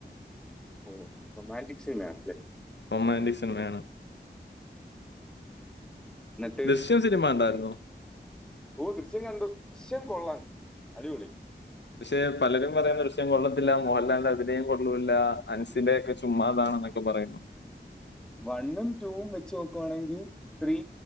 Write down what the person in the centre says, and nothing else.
ഓഹ് റൊമാന്റിക് സിനിമയാണല്ലേ
എന്നിട്ട്
സിനിമ ഓ ദൃശ്യം കണ്ടു ദൃശ്യം കൊള്ളാം അടിപൊളി
വണ്ണും റ്റുവും വെച്ച് നോക്കുവാണെങ്കിൽ ത്രീ